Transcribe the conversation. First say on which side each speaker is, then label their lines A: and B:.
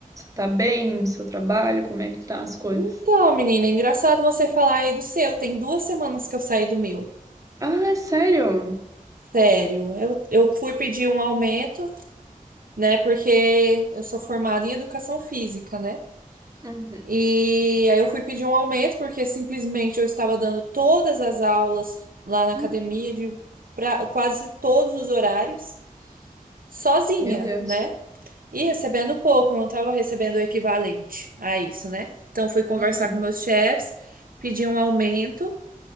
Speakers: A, on the right; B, on the right.
A: tá bem no seu trabalho? Como é que tá as coisas?
B: Então, menina, é engraçado você falar aí do seu. Tem duas semanas que eu saí do meu.
A: Ah, é sério?
B: Sério, eu, eu fui pedir um aumento, né? Porque eu sou formada em educação física, né?
A: Uhum.
B: E aí eu fui pedir um aumento, porque simplesmente eu estava dando todas as aulas lá na academia,
A: Hum,
B: de pra- quase todos os horários, sozinha,
A: Meu Deus.
B: né? E recebendo pouco, eu não estava recebendo o equivalente a isso, né? Então fui conversar
A: Uhum.
B: com meus chefes, pedi um aumento,